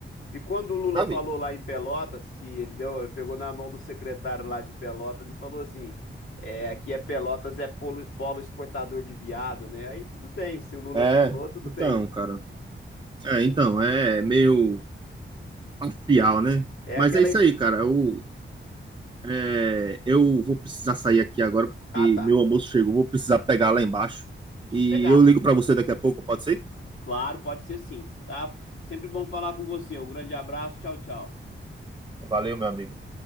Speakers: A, on the left (about 85°); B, on the right (about 20°).
A: e quando o Lula
B: Nunca
A: falou
B: vi.
A: lá em Pelotas que ele deu, pegou na mão do secretário lá de Pelotas e falou assim, é, aqui é Pelotas é polo, polo exportador de viado, né? Aí tudo bem, se o Lula
B: É,
A: falou, tudo
B: então,
A: bem.
B: cara. É, então, é meio parcial, né?
A: É
B: Mas
A: aquela
B: é isso
A: es-
B: aí, cara. Eu, é, eu vou precisar sair aqui agora porque
A: Ah, tá.
B: meu almoço chegou. Vou precisar pegar lá embaixo.
A: Sossegado.
B: E eu ligo pra você daqui a pouco, pode ser?
A: Claro, pode ser sim, tá? Sempre bom falar com você. Um grande abraço. Tchau, tchau.
B: Valeu, meu amigo.